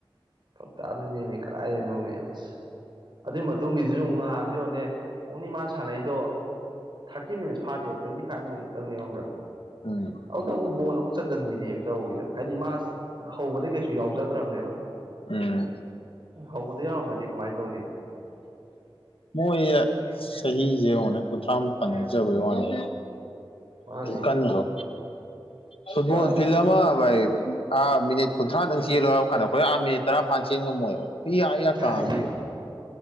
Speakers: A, on the right; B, on the left.
A: ꯐ ꯇꯗꯅꯤ ꯀꯥꯏꯗꯅꯣꯃꯤ ꯑꯁ ꯑꯗꯨꯏ ꯃꯇꯨꯡꯒꯤꯁꯤꯁꯨ ꯑꯃꯨꯛ ꯉꯍꯥꯟꯗꯣꯅꯦ ꯑꯣꯡꯅꯤ ꯃꯥꯅ ꯁꯥꯟꯅꯩꯗꯣ ꯊꯥꯔꯇꯤ ꯃꯤꯅꯠꯁ ꯐꯥꯗꯦꯕ ꯇ꯭ꯋꯦꯟꯇꯤ ꯐꯥꯏꯚ ꯃꯤꯠꯨꯛꯇꯪꯅꯦꯕꯪ꯭ꯔꯥ
B: ꯎꯝ
A: ꯑꯗꯨꯗ ꯑꯃꯨꯛ ꯒꯣꯜ ꯑꯃꯨꯛ ꯆꯟꯁꯤꯟꯕꯤꯅꯦ ꯇꯧꯋꯤꯗꯣ ꯍꯥꯏꯗꯤ ꯃꯥ ꯍꯧꯕꯗꯤꯩ ꯀꯩꯁꯨ ꯌꯥꯎꯖꯗ꯭ꯔꯕꯅꯦꯕ
B: ꯎꯝ
A: ꯍꯧꯕꯗ ꯌꯎꯔꯝꯃꯗꯤ ꯀꯃꯥꯏꯅ ꯇꯧꯅꯤ
B: ꯑꯩꯈꯣꯏꯁ ꯆꯍꯤꯁꯦ ꯍꯅꯦ ꯀꯨꯟꯊ꯭ꯔꯥꯃꯨꯛ ꯀꯟꯅꯖꯕꯩ ꯋꯥꯅꯦ
A: ꯃꯥꯅꯦ
B: ꯀꯟ꯭ꯔꯣ ꯐꯨꯠꯕꯣꯜ
A: ꯄꯨꯔꯥ
B: ꯐꯤ ꯑꯃꯥꯏ ꯑꯥ ꯃꯤꯅꯤꯠꯨꯟꯊ꯭ꯔꯥꯗꯪ ꯆꯦꯜꯂꯣꯏ ꯍꯥꯏꯕ ꯀꯥꯟꯗ ꯑꯩꯈꯣꯏ ꯑꯥ ꯃꯤꯅꯤꯠ ꯇꯔꯥ ꯐꯥꯟ ꯆꯦꯟ ꯉꯝꯃꯣꯏꯕ ꯐ ꯑꯏ
A: ꯀꯥꯏ
B: ꯀꯥꯝ ꯌꯦ